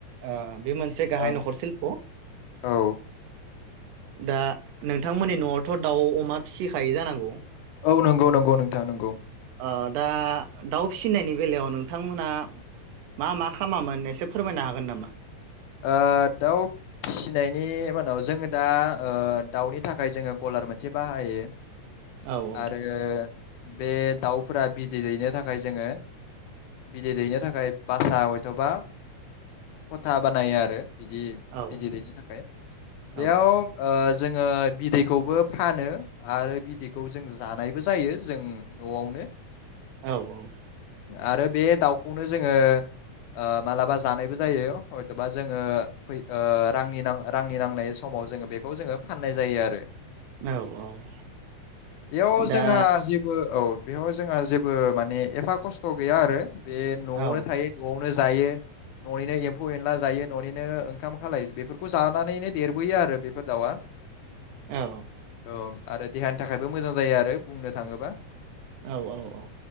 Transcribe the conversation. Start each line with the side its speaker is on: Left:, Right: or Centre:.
Right: ओ बे मोनसे
Left: ओम
Right: गाहाय नखर सिल्प।
Left: औ
Right: दा नोंथांमोननि नआवथ दाउ अमा फिसिखायो जानांगौ?
Left: औ नंगौ नंगौ नोंथां नंगौ।
Right: ओ दा दाउ फिनायनि बेलायाव नोंथांमोना मा मा खामामोन एसे फोरमायनो हागोन नामा?
Left: ओ दाउ फिसिनायनि मानाव जोङो दा ओ दाउनि थाखाय जोङो गलार मोनसे बाहायो।
Right: औ औ
Left: आरो बे दाउफोरा बिदै दैनो थाखाय जोङो बिदै दैनो थाखाय बासा हयथबा खथाब बानायो आरो। बिदि
Right: औ
Left: बिदै दैैनि थाखाय बेयाव
Right: औ
Left: ओ जोङो बिदैखौबो फानो आरो बिदैखौ जों जानायबो जायो जों नआवनो।
Right: औ औ।
Left: आरो बे दाउखौनो जोङो ओ मालाबा जानायबो जायो। हयथबा जोङो फै ओ रांनि रांनि नांनाय समाव जोङो बेखौ जोङो फाननाय जायो आरो।
Right: औ औ
Left: बेयाव
Right: दा
Left: जोंहा जेबो, औ। बेयाव जोंहा जेबो माने एफा खस्थ गैया आरो। बे नआवनो
Right: औ
Left: थायो नआवनो जायो ननिनो एम फौ एनला जायो ननिनो ओंखाम खालाय बेफोरखौ जानानैनो देरबोयो आरो बेफोर दाउआ।
Right: औ
Left: औ। आरो देहानि थाखायबो मोजां जायो आरो बुंनो थाङोब्ला।
Right: औ औ औ।